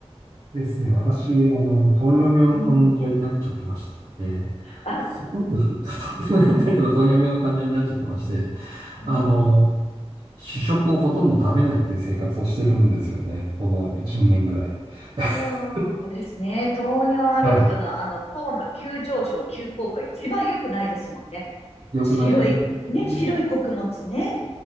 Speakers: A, on the right (about 55°); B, on the left (about 70°).
A: ですね、
B: あ
A: 私、あの、糖尿病の患者になっちゃってまして、
B: ーうん。あ、
A: そこまでふ <laughs> 太ってないんだけど、糖尿病の患者になっちゃってまして、
B: うん。
A: あの、主食をほとんど食べないっていう生活をしてるんですよね。この1、2年ぐらい。<laughs>
B: そうですね。糖尿ある人の、
A: はい。
B: あの、糖の急上昇、急降下、一番良くないですもんね。
A: 良くないですね。
B: 白い、ね、白い穀物ね。